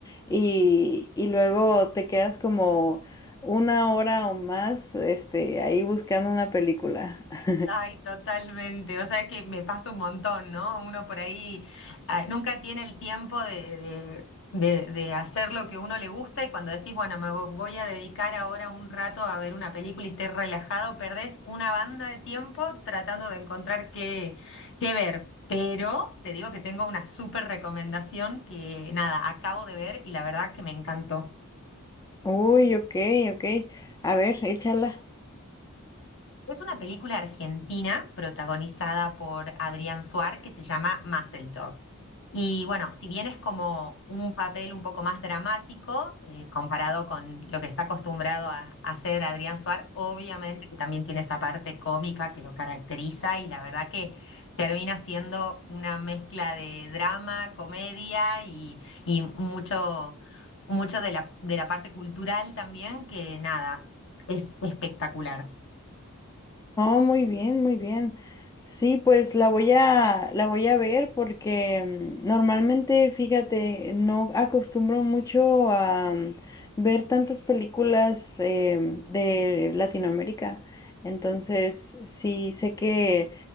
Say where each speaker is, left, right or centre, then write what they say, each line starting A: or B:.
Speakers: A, on the left; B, on the left.
A: y, y luego te quedas como una hora o más, este, ahí buscando una película. <laughs>
B: Ay, totalmente. O sea, es que me pasa un montón, ¿no? Uno por ahí ah, nunca tiene el tiempo de, de- de- de hacer lo que uno le gusta y cuando decís, bueno, me vo- voy a dedicar ahora un rato a ver una película y esté relajado, perdés una banda de tiempo tratando de encontrar qué, qué ver. Pero te digo que tengo una súper recomendación que, nada, acabo de ver y la verdad que me encantó.
A: Uy, ok, ok. A ver, échala.
B: Es una película argentina protagonizada por Adrián Suar que se llama Muscletop. Y bueno, si bien es como un papel un poco más dramático eh, comparado con lo que está acostumbrado a, a hacer Adrián Suar, obviamente que también tiene esa parte cómica que lo caracteriza y la verdad que termina siendo una mezcla de drama, comedia y, y mucho, mucho de la, de la parte cultural también, que nada, es espectacular.
A: Oh, muy bien, muy bien. Sí, pues la voy a, la voy a ver porque mm, normalmente, fíjate, no acostumbro mucho a mm, ver tantas películas em, de Latinoamérica. Entonces, sí, sé que,